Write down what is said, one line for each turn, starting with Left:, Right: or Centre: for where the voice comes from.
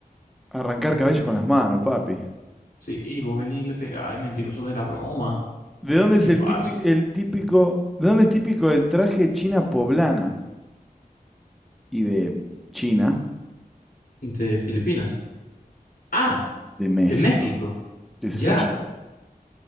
Centre: Arrancar cabello con las manos, papi.
Left: Sí, y vos venís y le pegáis, mentiroso de la broma.
Centre: ¿De dónde es
Left: Qué
Centre: el
Left: falso.
Centre: típico, el típico, de dónde es típico el traje china poblana? Y de China,
Left: De Filipinas. Ah,
Centre: de México,
Left: de México.
Centre: qué
Left: Ya.
Centre: sé yo.